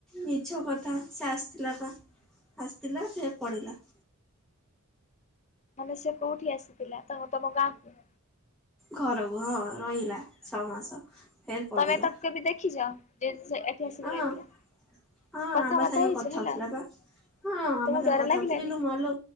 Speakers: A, in the centre; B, on the left.
A: ମିଛ କଥା ସେ ଆସିଥିଲା ପା ଆସିଥିଲା ସେ ପଳେଇଲା।
B: ମାନେ ସେ କୋଉଠି ଆସିଥିଲା ତ ତମ ଗାଁକୁ।
A: ଘରକୁ ହଁ ରହିଲା ଛଅ ମାସ ଫେରେ ପଳେଇଲା।
B: ତମେ ତାକୁ କେବେ ଦେଖିଛ ଯେ ସେ ଏଠି ଆସିକି
A: ହଁ।
B: ରହିଥିଲା।
A: ହଁ
B: କଥାବାର୍ତ୍ତା
A: ଆମ ସାଙ୍ଗେ
B: ହେଇଛ
A: କଥା
B: ହେଲା
A: ହଉଥିଲା ପା ହଁ ଆମ
B: ତମକୁ
A: ସାଙ୍ଗେ
B: ଡର
A: କଥା
B: ଲାଗିଲାନି?
A: ହଉଥିଲା। ମାଲୋ